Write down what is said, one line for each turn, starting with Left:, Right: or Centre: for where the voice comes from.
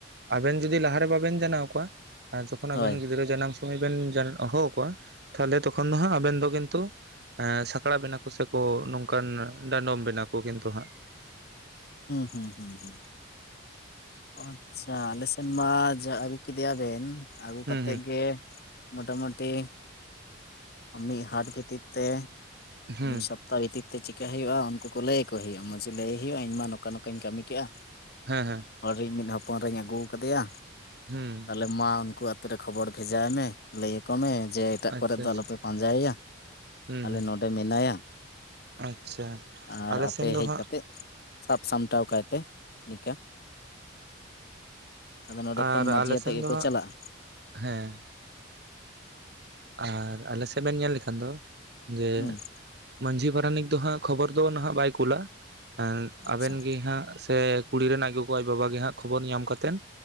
Right: ᱟᱵᱮᱱ ᱡᱩᱫᱤ ᱞᱟᱦᱟᱨᱮ ᱵᱟᱵᱮᱱ ᱡᱟᱱᱟᱣ ᱠᱚᱣᱟ ᱟᱨ ᱡᱚᱠᱷᱚᱱ
Left: ᱦᱳᱭ
Right: ᱟᱵᱮᱱ ᱜᱤᱫᱽᱨᱟᱹ ᱡᱟᱱᱟᱢ ᱥᱚᱢᱚᱭ ᱵᱮᱱ ᱦᱚᱦᱚ ᱟᱠᱚᱣᱟ ᱛᱟᱦᱞᱮ ᱛᱚᱠᱷᱚᱱ ᱫᱚ ᱦᱟᱸᱜ ᱟᱵᱮᱱ ᱫᱚ ᱠᱤᱱᱛᱩ ᱥᱟᱠᱲᱟ ᱵᱮᱱᱟ ᱠᱚ ᱥᱮᱠᱚ ᱱᱚᱝᱠᱟᱱ ᱰᱟᱸᱰᱚᱢ ᱵᱮᱱᱟ ᱠᱚ ᱠᱤᱱᱛᱩ ᱦᱟᱸᱜ᱾
Left: ᱦᱩᱸ ᱦᱩᱸ ᱦᱩᱸ ᱦᱩᱸ ᱟᱪᱪᱷᱟ ᱟᱞᱮ ᱥᱮᱫ ᱢᱟ ᱟᱹᱜᱩ ᱠᱮᱫᱮᱭᱟ ᱵᱮᱱ ᱟᱹᱜᱩ
Right: ᱦᱩᱸ
Left: ᱠᱟᱛᱮᱫ
Right: ᱦᱩᱸ
Left: ᱜᱮ ᱢᱚᱴᱟᱢᱩᱴᱤ ᱢᱤᱫ ᱦᱟᱴ ᱵᱷᱤᱛᱤᱨ ᱛᱮ
Right: ᱦᱩᱸ
Left: ᱢᱤᱫ ᱥᱚᱯ ᱛᱟ ᱵᱷᱤᱛᱤᱨ ᱛᱮ ᱪᱤᱠᱠᱟ ᱦᱩᱭᱩᱜᱼᱟ ᱩᱱᱠᱩ ᱠᱚ ᱞᱟᱹᱭ ᱟᱠᱚ ᱦᱩᱭᱩᱜᱼᱟ ᱢᱚᱹᱸᱡᱷᱤ ᱞᱟᱹᱭ ᱦᱩᱭᱩᱜᱼᱟ ᱤᱧᱢᱟ ᱱᱚᱠᱟ ᱱᱚᱠᱟᱧ ᱠᱟᱹᱢᱤ ᱠᱮᱫᱼᱟ᱾
Right: ᱦᱮᱸ ᱦᱮᱸ᱾
Left: ᱦᱚᱲᱤᱧ ᱢᱤᱫ ᱦᱚᱯᱚᱱ ᱮᱨᱟᱧ ᱟᱹᱜᱩ ᱟᱠᱟᱫᱮᱭᱟ,
Right: ᱦᱩᱸ
Left: ᱛᱟᱦᱚᱞᱮ ᱢᱟ ᱩᱱᱠᱩ ᱠᱷᱚᱵᱚᱨ ᱵᱷᱮᱡᱟᱭ ᱢᱮ ᱞᱟᱹᱭ ᱟᱠᱚ ᱢᱮ ᱡᱮ ᱮᱴᱟᱜ
Right: ᱟᱪᱪᱷᱟ
Left: ᱠᱚᱨᱮ ᱫᱚ
Right: ᱟᱪᱪᱷᱟ
Left: ᱟᱞᱚᱯᱮ ᱯᱟᱸᱡᱟᱭᱮᱭᱟ,
Right: ᱦᱩᱸ
Left: ᱟᱞᱮ
Right: ᱦᱩᱸ
Left: ᱱᱚᱰᱮ ᱢᱮᱱᱟᱭᱟ᱾
Right: ᱟᱪᱪᱷᱟ
Left: ᱟᱨ
Right: ᱟᱞᱮ
Left: ᱟᱯᱮ
Right: ᱥᱮᱱ ᱫᱚ
Left: ᱦᱮᱡ
Right: ᱦᱟᱸᱜ
Left: ᱠᱟᱛᱮᱜ ᱥᱟᱵ ᱥᱟᱢᱴᱟᱣ ᱠᱟᱭ ᱯᱮ ᱱᱤᱝᱠᱟᱹ ᱟᱫᱚ ᱱᱚᱰᱮ
Right: ᱟᱨ
Left: ᱠᱷᱚᱱ ᱢᱟᱺᱡᱷᱤ
Right: ᱟᱞᱮᱥᱮᱱ
Left: ᱟᱛᱮᱜ ᱜᱮᱠᱚ
Right: ᱫᱚ ᱦᱟᱸᱜ
Left: ᱪᱟᱞᱟᱜᱼᱟ
Right: ᱦᱮᱸ ᱟᱨ ᱟᱞᱮ ᱥᱮᱫ ᱵᱮᱱ ᱧᱮᱞ ᱞᱮᱠᱷᱟᱱ ᱫᱚ ᱡᱮ
Left: ᱦᱩᱸ
Right: ᱢᱟᱺᱡᱷᱤ ᱯᱟᱨᱟᱱᱤᱠ ᱫᱚᱦᱟᱸᱜ ᱠᱷᱚᱵᱚᱨ ᱫᱚ ᱱᱟᱦᱟᱜ ᱵᱟᱭ ᱠᱩᱞᱟ, ᱮ
Left: ᱟᱪᱪᱷᱟ
Right: ᱟᱵᱮᱱ ᱜᱮ ᱦᱟᱸᱜ ᱥᱮ ᱠᱩᱲᱤ ᱨᱮᱱ ᱟᱡ ᱜᱚᱜᱚ ᱟᱡ ᱵᱟᱵᱟ ᱜᱮ ᱦᱟᱸᱜ ᱠᱷᱚᱵᱚᱨ ᱧᱟᱢ ᱠᱟᱛᱮᱱ